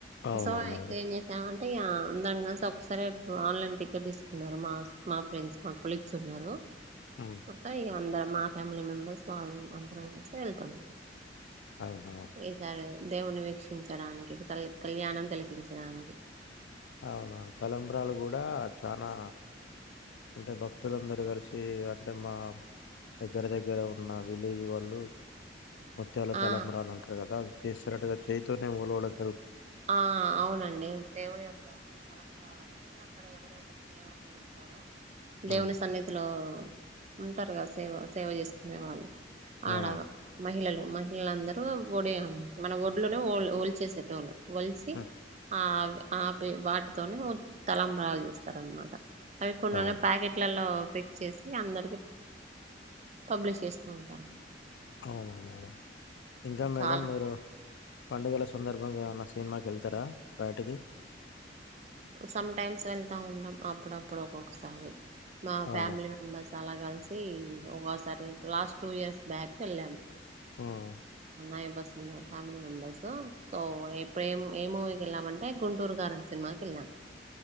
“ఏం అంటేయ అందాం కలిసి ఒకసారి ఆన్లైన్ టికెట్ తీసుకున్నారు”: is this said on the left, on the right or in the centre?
Right